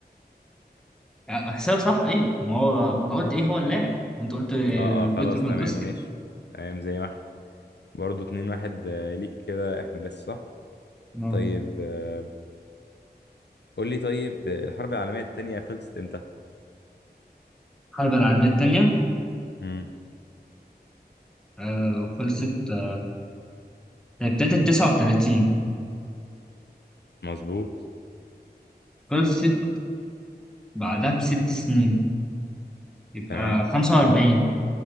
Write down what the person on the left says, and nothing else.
اه اه
خلاص
تمام ماشي تمام زي ما احنا برضه 2-1 آه، ليك كده احنا لسه صح؟
طيب آه، قول لي طيب آه، الحرب العالميه الثانيه خلصت امتى؟
امم
مظبوط
تمام